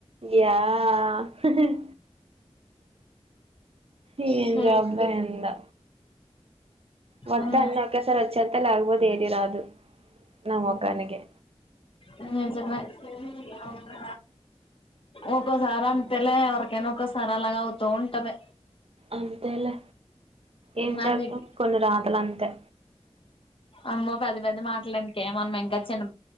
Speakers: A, on the right (about 60°); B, on the left (about 55°).
A: yeah హి హ్ ఏం
B: షిట్
A: జాబో ఎందో వత్తే
B: హ్మ్
A: అన్ని ఒకేసారి వచ్చేతాయ్ లేకపోతే ఏది రాదు నాకు ఒకదానికే
B: ఉమ్ నిజమే అవును ఒక్కోసారి అంతెలే ఎవరికైనా ఒక్కోసార అలాగ అవుతు ఉంటది
A: అంతేలే ఏం చేద్దాం
B: అన్ని
A: కొన్ని రాతల అంతే
B: అమ్మో పెద్ది పెద్ది మాట్లలెందుకే మనం ఇంకా చిన్న